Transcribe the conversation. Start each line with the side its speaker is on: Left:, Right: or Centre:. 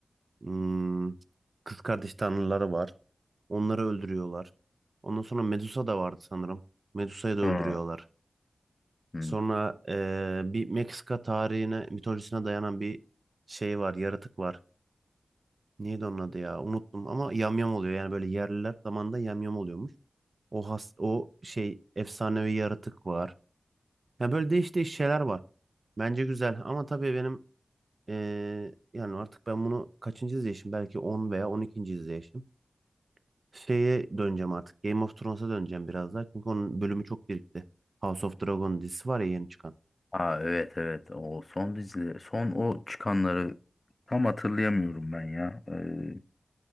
Right: Hmm, kız kardeş tanrıları var. Onları öldürüyorlar. Ondan sonra Medusa da vardı sanırım. Medusa'yı da öldürüyorlar.
Left: Hı. Hı.
Right: Sonra eee, bir Meksika tarihine, mitolojisine dayanan bir şey var, yaratık var. Neydi onun adı ya? Unuttum ama yamyam oluyor. Yani böyle yerliler zamanında yamyam oluyormuş. O has, o şey efsanevi yaratık var. Yani böyle değişik değiş şeyler var. Bence güzel ama tabii benim eee, yani artık ben bunu kaçıncı izleyişim? Belki 10 veya on ikinci izleyişim. Şeye döneceğim artık. Game of Thrones'a döneceğim biraz daha. Çünkü onun bölümü çok birikti. House of Dragon dizisi var ya yeni çıkan.
Left: Aa evet evet o son dizileri son o çıkanları tam hatırlayamıyorum ben ya. Ee,